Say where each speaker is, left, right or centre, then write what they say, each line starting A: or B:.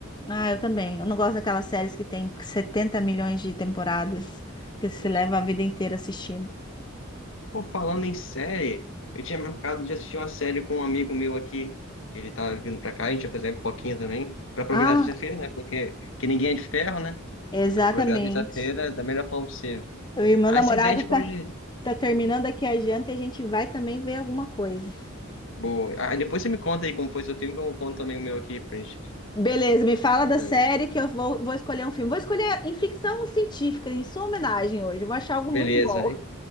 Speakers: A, on the left; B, on the left.
A: Ah, eu também. Eu não gosto daquelas séries que tem 70 milhões de temporadas, que você
B: Isso.
A: leva a vida inteira assistindo.
B: Pô, falando em série, eu tinha marcado de assistir uma série com um amigo meu aqui. Ele tá vindo pra cá, a gente vai fazer uma pipoquinha também. Pra aproveitar
A: Ah,
B: a sexta-feira, né? Porque que ninguém é de ferro, né?
A: Exatamente.
B: Pra aproveitar a sexta-feira da melhor forma possível.
A: Eu e o meu
B: Aí
A: namorado
B: se quiser a gente pode.
A: tá, tá terminando aqui a janta e a gente vai também ver alguma coisa.
B: Boa. Ah, depois você me conta aí como foi seu filme, que eu conto também o meu aqui pra gente.
A: Beleza, me fala da
B: É.
A: série que eu vou, vou escolher um filme. Vou escolher em ficção científica, em sua homenagem hoje. Eu vou achar algo
B: Beleza,
A: muito bom.
B: aí,